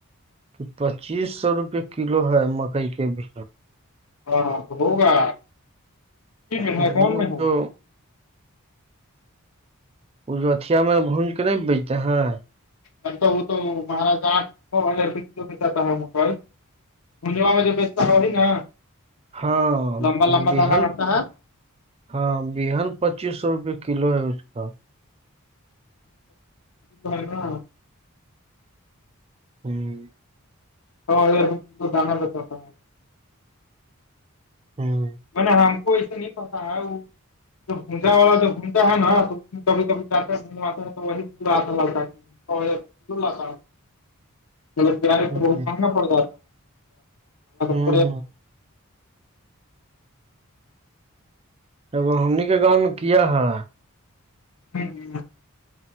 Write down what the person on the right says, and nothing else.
کہ پچیس سو روپ کلو ہے مکئی کے بھی
وہ
جو وہ جو اتیا میں بھج کے نہیں بیجتے ہیں
ہاں
بہان
ہاں بہن پچیس سو روپے کلو ہے اس کا
ہوں
ہوں
ہوں
ہوں
ہوں ا ہمن کے گاؤں میں کیا ہے